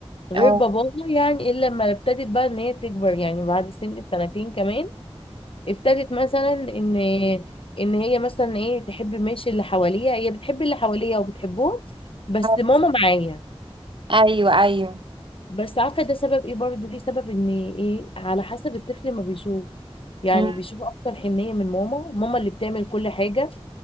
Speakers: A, on the left; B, on the right.
A: غير
B: اه
A: باباها يعني إلا لما ابتدت بقى إن هي تكبر يعني بعد سن سنتين كمان ابتدت مثلا ان ان هي مثلا ايه تحب ماشي اللي حواليها هي بتحب اللي حواليها وبتحبهم بس
B: اه
A: ماما معايا
B: ايوه ايوه
A: بس عارفه ده سبب ايه برضو ليه سبب ان ايه على حسب الطفل ما بيشوف يعني
B: مم.
A: بيشوف اكتر حنيه من ماما ماما اللي بتعمل كل حاجه